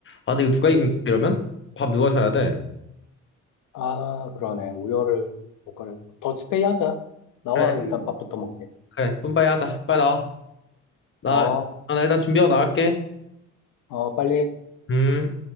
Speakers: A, on the left (about 40°); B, on the left (about 80°).
A: 아, 근데 이거 누가
B: 그랬어.
A: 이긴 거야, 이러면? 밥 누가 사야 돼?
B: 아, 그러네. 우열을 못 가려. 더치페이 하자. 나와,
A: 그래,
B: 일단 밥부터 먹게.
A: 그래, 뿜바이 하자. 빨리 나와. 나,
B: 어,
A: 아, 나 일단 준비하고 나갈게.
B: 어, 빨리.
A: 음.